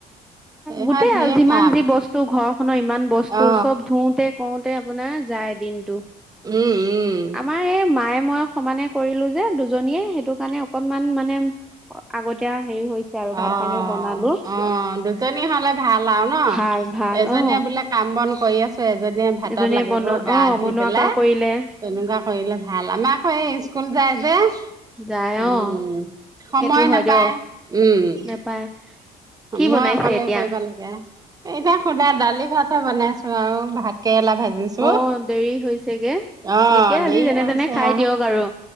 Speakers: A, on the right (about 20°); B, in the centre.
A: এইহা
B: গোটেই
A: ঢেৰ
B: আৰু যিমান
A: কাম
B: যি বস্তু ঘৰখনৰ ইমান বস্তু
A: অ
B: চব ধুওতে কওঁতে আপোনাৰ যায় দিনটো।
A: উম
B: আমাৰ এই মায়ে মই সমানে কৰিলো যে দুজনীয়ে সেইটো কাৰণে অকনমান মানে আগতীয়া। হেৰি হৈছে আৰু ভাত
A: অ
B: পানীও বনালো
A: অ দুজনী হ'লে। ভাল আৰু ন
B: ভাল ভাল
A: এজনীয়ে
B: অ
A: বোলে কাম বন কৰি আছে এজনীয়ে ভাতত
B: এজনীয়ে
A: লাগিব
B: বনোৱা
A: গা
B: অ
A: ধুই
B: বনোৱা
A: পেলাই
B: কৰা কৰিলে
A: তেনেকুৱা কৰিলে ভাল আমাৰ আকৌ এই স্কুল- স্কুল যাই যে
B: যায়
A: উম
B: অ
A: সময়
B: সেইটো হয়
A: নাপায়।
B: দিয়ক
A: উম
B: নেপায় কি
A: মই
B: বনাইছে
A: অকলে
B: এতিয়া
A: কৰিব লাগে এতিয়া সোধা দালি, ভাত, - ক বনাইছো আৰু ভাত কেৰেলা ভাজিছো
B: অ দেৰি হৈছেগে
A: অ
B: এতিয়া আজি
A: দেই
B: যেনে
A: হৈছে
B: তেনে খাই
A: আও
B: দিয়ক আৰু